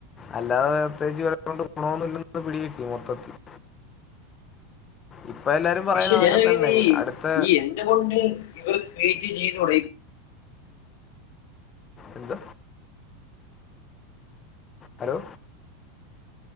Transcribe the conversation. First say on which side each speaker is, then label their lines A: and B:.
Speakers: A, on the left; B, on the left.
A: അല്ലാതെ പ്രത്യേകിച്ച് ഇവരെക്കൊണ്ട് ഗുണമൊന്നുമില്ലന്ന് പിടി കിട്ടി മൊത്തത്തില് ഇപ്പം എല്ലാരും പറയുന്നത്
B: പക്ഷെ
A: അതൊക്കെ
B: ഞാൻ ആലോചിക്കുന്നേ
A: തന്നെ
B: ഈ
A: അടുത്ത
B: ഈ എന്തുകൊണ്ട് ഇവർ ക്രിയേറ്റ് ചെയ്ത് തുട
A: എന്താ ഹലോ